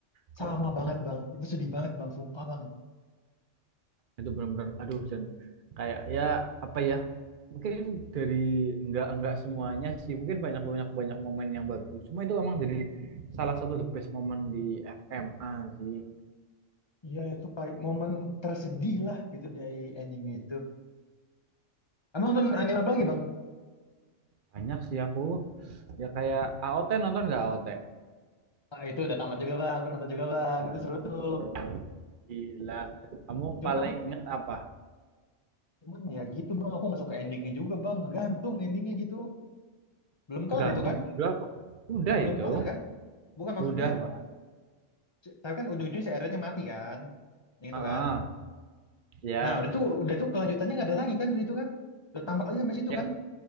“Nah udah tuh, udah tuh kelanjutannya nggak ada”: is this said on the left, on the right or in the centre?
Left